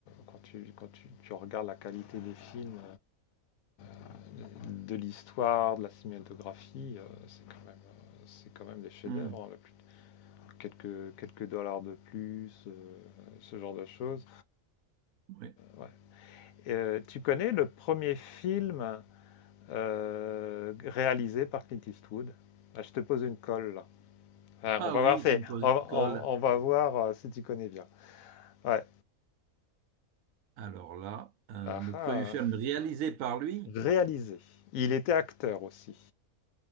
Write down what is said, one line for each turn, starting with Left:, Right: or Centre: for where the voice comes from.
Left: quand tu, quand tu, tu regardes la qualité des films, euh, de, de l'histoire, de la cinématographie, euh, c'est quand même, euh, c'est quand même des chefs-d'œuvre,
Right: Hmm.
Left: hein, la quelques, quelques dollars de plus, euh, ce genre de choses.
Right: Oui.
Left: Ouais. Euh, tu connais le premier film euh, réalisé par Clint Eastwood Ah, Je te pose une colle là. Ah,
Right: Ah
Left: on va
Right: oui,
Left: voir, si,
Right: tu me poses
Left: on,
Right: une
Left: on-
Right: colle.
Left: on va voir euh, si tu connais bien. Ouais.
Right: Alors là, euh,
Left: Ah,
Right: le
Left: ah.
Right: premier film réalisé par lui,
Left: Réalisé. Il était acteur aussi.